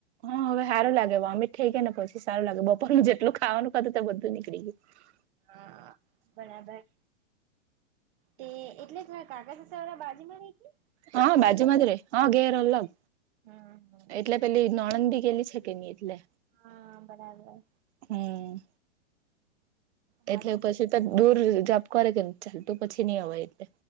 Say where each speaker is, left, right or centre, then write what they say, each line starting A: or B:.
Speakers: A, on the right; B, on the right.
A: હા, હવે સારું લાગે વોમિટ થઈ ગય ને, પછી સારું લાગે બપોરનું જેટલું ખાવાનું ખાું તો બધું નીકળી ગયું. હ.
B: હા, બરાબર. તે, એટલે જ કાકાશેવાળા બાજી માં રહીકી
A: હા, બાજુમાં જ રે હા, ઘેર અલગ
B: હમ હમ.
A: એટલે પેલી નણંદ ભી ગેલી છે. કે, એટલે
B: હા, બરાબર.
A: હમ
B: હારું
A: એટલે, પછી તો દૂર જપ કર કે, ચાલતું પછી નઈ અવાય એટલે